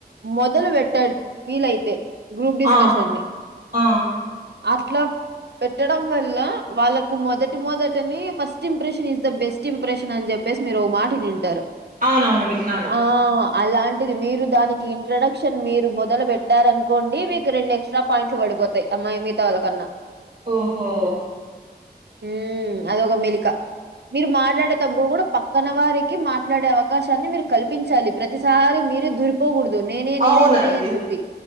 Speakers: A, on the right (about 75°); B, on the right (about 45°).
A: మొదలు పెట్టం వీల్ అయితే గ్రూప్ డిస్కషన్
B: ఆ
A: ని
B: ఆ
A: అట్లా పెట్టడం వల్ల వాళ్ళకు మొదటి మొదటనే first impression is the best impression అని చేప్పేసి మీరు ఓ మాట వినుంటారు.
B: అవునవును విన్నాను
A: ఆ అలాంటిది మీరు దానికి ఇంట్రడక్షన్ మీరు మొదలు పెట్ చేప్పారునుకోండి మీకు రెండేక్స్ట్రా పాయింట్లు పడిపోతయ్ అమ్మాయి మిగతా వాళ్ళ కన్నా
B: ఓహో
A: ఉ అదొక మెలిక మీరు మాట్లాడేటప్పుడు గూడ పక్కన వారికి మాట్లాడే అవకాశాన్ని మీరు కల్పించాలి ప్రతిస్ సారి మీరే దురిపోకూడదు నేనే నేనే
B: అవునండి
A: నేనే అని చెప్పి